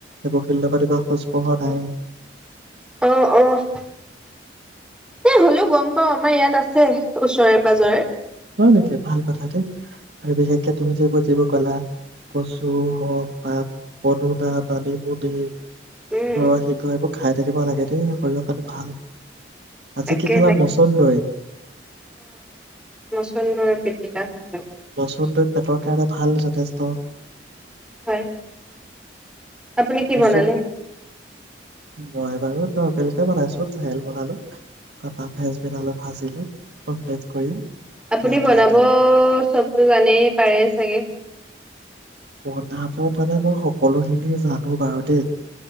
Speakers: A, on the right; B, in the centre.
A: বশিল্য <unintelligible> নাই
B: অ অ এ হ'লেও গম পাও আমাৰ ইয়াত আছে ওচৰে পাজৰে
A: হয় নেকি ভাল কথা দে আৰু বিশেষকে তুমি যিবোৰ যিবোৰ কলা কচু হওক তাত পদুনা, মানিমুনি অ
B: উম
A: সি ক এইবোৰ খাই থাকিব লাগে দেই শৰীৰৰ কাৰণে ভাল আজি
B: তাকে
A: কি খেলা
B: তাকে
A: মচণ্ডই
B: মছন্দৰী পিটিকা খালোঁ
A: <unintelligible> পেটৰ কাৰণে ভাল যথেষ্ট
B: হয় আপুনি কি
A: কচু
B: বনালে
A: মই বাৰু নৰ্মেল কে বনাইছো দাইল বনালো তাৰাপা ফেচবিন আলু ভাজিলো অমলেট কৰিম
B: আপুনি
A: এয়া
B: বনাব
A: ভাত আৰু
B: চব ো জানেই পাৰে চাগে
A: বনাব মানে মই সকলোখিনি জানো বাৰু দেই